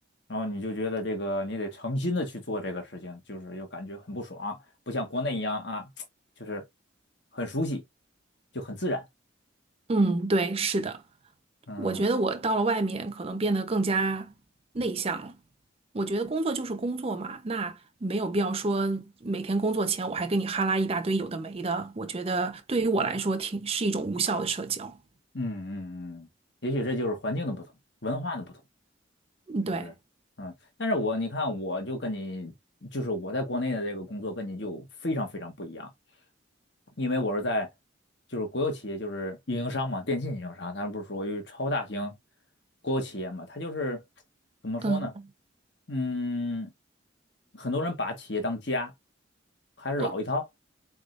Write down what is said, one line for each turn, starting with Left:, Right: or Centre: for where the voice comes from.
Left: 然后你就觉得这个你得诚心的去做这个事情，就是又感觉很不爽，不像国内一样啊，就是很熟悉，就很自然。
Right: 嗯，对，是的。
Left: 嗯
Right: 我觉得我到了外面，可能变得更加内向了。我觉得工作就是工作嘛，那没有必要说每天工作前我还跟你哈拉一大堆有的没的。我觉得对于我来说挺是一种无效的社交。
Left: 嗯嗯嗯，也许这就是环境的不同，文化的不同，
Right: 嗯对，
Left: 是不是？嗯，但是我你看，我就跟你，就是我在国内的这个工作跟你就非常非常不一样，因为我是在就是国有企业，就是运营商嘛，电信运营商，它不是属于超大型国有企业嘛，它就是怎么说呢？
Right: 嗯，
Left: 嗯。很多人把企业当家，还是老一套。
Right: 哦